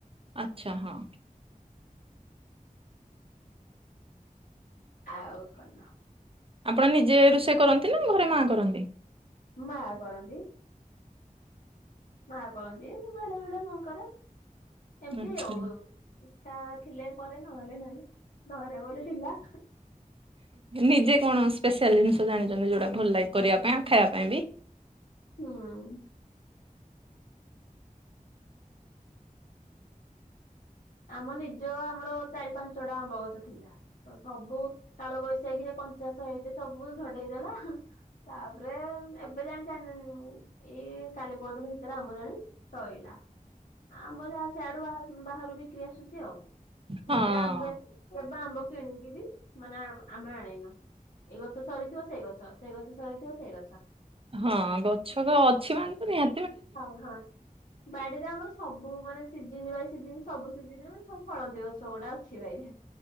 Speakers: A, on the right; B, on the left.
A: ଆଚ୍ଛା ହଁ।
B: ଆଉ କଣ?
A: ଆପଣ ନିଜେ ରୁଷେଇ କରନ୍ତି ନା ଘରେ ମାଆ କରନ୍ତି।
B: ମା କରନ୍ତି। ମା କରନ୍ତି ବେଳେ ବେଳେ ମୁଁ କରେ। ଏମତି
A: ଆଚ୍ଛା।
B: ଆଉ ଇଛା ଥିଲେ କରେ ନହେଲେ ନାଇଁ। ନହେରେ ମୋର ଢିଲା।
A: ନିଜେ କଣ ସ୍ପେଶାଲ ଜିନିଷ ଜାଣିଚନ୍ତି ଯୋଉଟା ଭଲ ଲାଗେ କରିବା ପାଇଁ ଆଉ ଖାଇଆ ପାଇଁ ବି?
B: ହୁଁ ଉଁ। ଆମ ନିଜ ଆମର ଚାରି ପାଞ୍ଚଟା ଆମ୍ବଗଛ ଥିଲା। ତ ସବୁ କାଳବୈଶାଖୀରେ କଞ୍ଚା ଶଇତେ ସବୁ ଝଡ଼େଇଦେଲା। ତାପରେ ଏବେ ଜାଣିଣି ଏଇ କାଲି ପଦିନ ଭିତରେ ଆମ୍ବ ଜାଣି ସଇଲା। ଆମ୍ବ ଯାହା ସେଆଡ଼ୁ ବାହା ବାହାରୁ ବିକ୍ରି ଆସୁଛି ଆଉ
A: ହଁ
B: ନହେଲେ ଆମ୍ବ କେବେ ଆମ୍ବ କିଣିକି ବି ମାନେ ଆମ୍ ଆମେ ଆଣିନୁ। ଏଇ ଗଛ ସରିଥିବ ସେଇ ଗଛ ସେ ଗଛ ସରିଥିବ ସେ ଗଛ।
A: ହଁ ଗଛ ତ ଅଛି ମାନେ ତ ନିହା
B: ହାଉ ହାଁ। ବାଡ଼ିରେ ଆମର ସବୁ ମାନେ ସିଜିନି ବାଇ ସିଜିିନି ସବୁ ସିଜିନ ମାନେ ସବୁ ଫଳନ୍ତି ଗଛ ଗୁଡ଼ା ଅଛି ବାଇରେ।